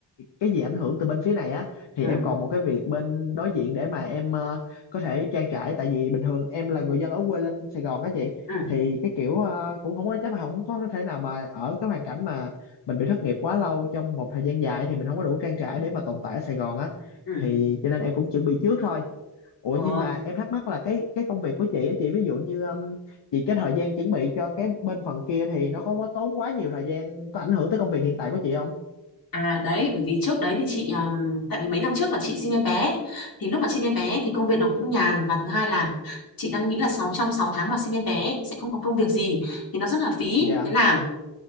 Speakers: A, on the left; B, on the left.
A: cái gì ảnh hưởng từ bên phía này á thì
B: ừ,
A: em còn một cái việc bên đối diện để mà em ờ, có thể trang trải tại vì bình thường em là người dân ở quê lên Sài Gòn á chị
B: ừ,
A: thì cái kiểu ờ, cũng không có chắc là không có thể nào mà ở cái hoàn cảnh mà mình bị thất nghiệp quá lâu trong một thời gian dài thì mình không có đủ trang trải để mà tồn tại ở Sài Gòn á
B: ừ.
A: thì cho nên em cũng chuẩn bị trước thôi ủa
B: Ờ,
A: nhưng mà em thắc mắc là cái cái công việc của chị á chị ví dụ như um, chị cái thời gian chuẩn bị cho cái bên phần kia thì nó có quá tốn quá nhiều thời gian có ảnh hưởng tới công việc hiện tại của chị không
B: à đấy, bởi vì trước đấy thì chị ừm, tại vì mấy năm trước là chị sinh em bé thì lúc mà sinh em bé thì công việc nó cũng nhàn và thứ hai là chị đang nghĩ là sáu trong 6 tháng mà sinh em bé sẽ không có công việc gì thì nó rất là phí
A: dạ
B: thế là